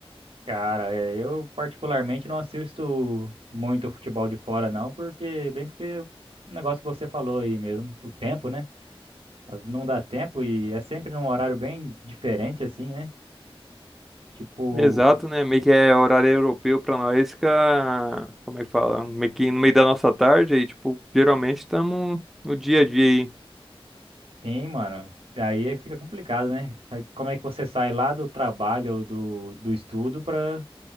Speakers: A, on the right; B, in the centre.
A: Cara, é, eu particularmente não assisto muito futebol de fora, não, porque, bem porque o negócio que você falou aí mesmo, o tempo, né? As- Não dá tempo e é sempre num horário bem diferente, assim, né? Tipo,
B: Exato, né? Meio que é horário europeu pra nós, fica, como é que fala? Meio que no meio da nossa tarde, aí, tipo, geralmente estamos no dia a dia aí.
A: sim, mano. Aí é que fica complicado, né? Aí Como é que você sai lá do trabalho ou do, do estudo pra,